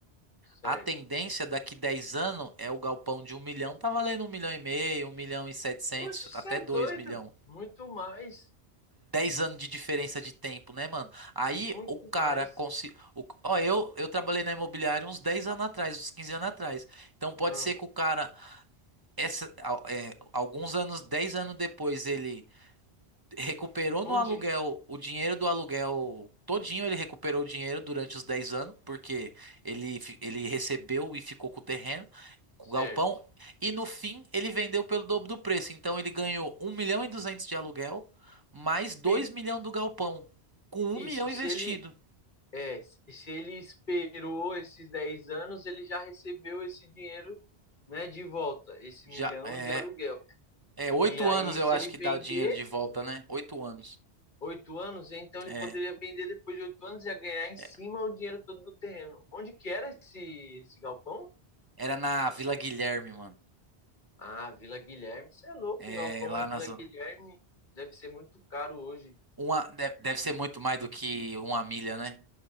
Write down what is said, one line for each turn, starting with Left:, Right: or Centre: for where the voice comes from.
Left: certo.
Right: a tendência daqui 10 anos é o galpão de um milhão tá valendo um milhão e meio, um milhão e setecentos
Left: Oxe,
Right: até
Left: você é
Right: dois
Left: doido.
Right: milhão
Left: Muito mais.
Right: dez anos de diferença de tempo, né, mano? Aí
Left: Muito
Right: o cara
Left: mais.
Right: conseguiu. Ó, eu, eu trabalhei na imobiliária uns 10 anos atrás, uns 15 anos atrás. Então pode
Left: Hum.
Right: ser que o cara, essa, al- é, alguns anos, 10 anos depois, ele recuperou no
Left: Onde.
Right: aluguel o dinheiro do aluguel todinho, ele recuperou o dinheiro durante os 10 anos, porque ele, fi- ele recebeu e ficou com o terreno, com
Left: Certo.
Right: o galpão, e no fim ele vendeu pelo dobro do preço. Então ele ganhou um milhão e duzentos de aluguel, mais 2
Left: E
Right: milhões do galpão, com um
Left: Isso,
Right: milhão
Left: se
Right: investido.
Left: ele, É, se ele esperou esses 10 anos, ele já recebeu esse dinheiro, né, de volta, esse
Right: Já
Left: milhão
Right: é,
Left: de aluguel.
Right: é 8
Left: E aí,
Right: anos eu
Left: se
Right: acho
Left: ele
Right: que
Left: vender
Right: dá o dinheiro de volta, né? 8 anos.
Left: oito anos, então ele
Right: É,
Left: poderia vender depois de oito anos e ia ganhar em cima
Right: é.
Left: o dinheiro todo do terreno. Onde que era esse, esse galpão?
Right: era na Vila Guilherme, mano.
Left: Ah, Vila Guilherme. Você é louco,
Right: É,
Left: um galpão
Right: lá
Left: na
Right: na
Left: Vila
Right: zona.
Left: Guilherme deve ser muito caro hoje.
Right: Uma, de- deve ser muito mais do que uma milha, né?